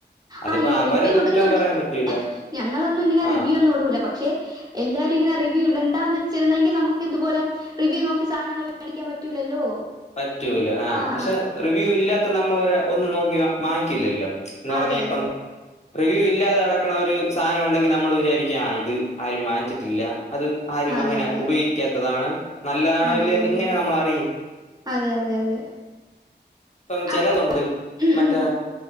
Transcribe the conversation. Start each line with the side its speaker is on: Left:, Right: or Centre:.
Left: അതിപ്പോ
Right: ആഹ് ഈ
Left: അവരെ
Right: റിവ്യൂ
Left: കുറ്റം
Right: ഇടുന്നുണ്ട്
Left: പറയാൻ പറ്റൂല
Right: ഞങ്ങള് ഒന്നും ഇങ്ങനെ
Left: ആ
Right: റിവ്യൂ ഒന്നും ഇടൂല പക്ഷേ, എല്ലാരും ഇങ്ങനെ റിവ്യൂ ഇടണ്ടാന്ന് വെച്ചിരുന്നെങ്കിൽ നമക്ക് ഇതുപോലെ, റിവ്യൂ നോക്കി സധനങ്ങൾ മേടിക്കാൻ പറ്റൂലല്ലോ.
Left: പറ്റൂല ആഹ്
Right: ആ
Left: പക്ഷേ
Right: ആ
Left: റിവ്യൂ ഇല്ലാത്ത നമ്മൾ ഒരെ ഒന്നും നോക്കി വാങ്ങിക്കില്ല അല്ലോ. എന്ന് പറഞ്ഞാ
Right: അതെ
Left: ഇപ്പം
Right: അതെ
Left: റിവ്യൂ ഇല്ലാതെ കെടക്ക്ണെ ഒരു സാധനം ഉണ്ടെങ്കി നമ്മള് വിചാരിക്ക്യാ ആ ഇത് ആരും വാങ്ങിച്ചിട്ട് ഇല്ല അത് ആരും
Right: അതെ
Left: അങ്ങനെ
Right: അതെ
Left: ഉപയോഗിക്കാത്തത് ആണ് നല്ലതാണോ
Right: അതെ
Left: ഇല്ല്യേ
Right: അതെ അതെ
Left: എങ്ങനെ നമ്മൾ അറിയും.
Right: അതെ അതെ അതെ
Left: ഇപ്പം ചെലത്
Right: അപ്പൊ
Left: ഉണ്ട്
Right: ഉം
Left: മറ്റേ
Right: ഉം